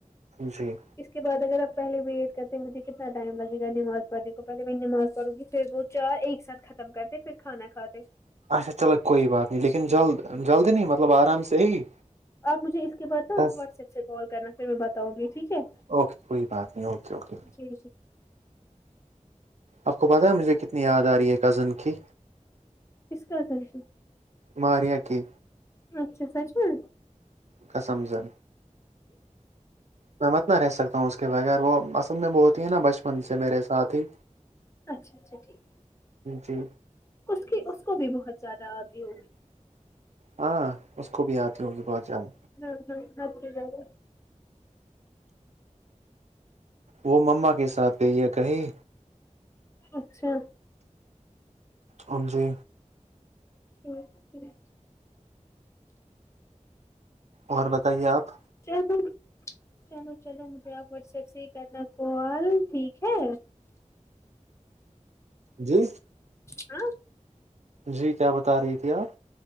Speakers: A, on the right; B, on the left.
A: جی
B: اس کے بعد اگر آپ پہلے ویٹ کرتے مجھے کتنا ٹائم لگےگا نماز پڑنے کو پہے میں نماز پڑوں گی پھر وہ چار ایک ساتھ ختم کرتے پھر کھانا کھاتے
A: اچھا چلو کوئی بات نہیں لیکن جلد جلدی نہیں مطلب آرام سے ہی
B: آپ مجھے اس کے بعدا
A: دس
B: واٹس ایپ سے کال کرنا پھر میں بتاؤں گی ٹھیک ہے
A: اوک کوئی بات نہیں اوکے اوکے
B: جی جی
A: آپ کو پتاہ ہے مجھے کتنی یاد آ رہی ہے کزن کی
B: اس کا کزن
A: ماریہ کی
B: اچھا سچ میں
A: قسم سے میں مت نہ رہ سکتا ہوں اس کے بغیر وہ اصل میں وہ ہوتی ہے نا بچپن سے میرے ساتھ ہی
B: اچھا اچھا ٹھیک
A: جی
B: اس کی اس کو بھی بہت زیادہ آتی ہوگی
A: ہاں اس کو بھی آتی ہوگی بہت زیادہ
B: ہاں ہاں حد سے زیادہ
A: وہ مما کے ساتھ گئی ہے کہیں
B: اچھا
A: ہاں جی
B: ٹھیک ٹھیک
A: اور بتائیے آپ
B: <unintelligible> چلو چلو مجھے آپ واٹس ایپ سے ہی کرنا کال ٹھیک ہے
A: جی
B: ہاں
A: جی کیا بتا رہی تھی آپ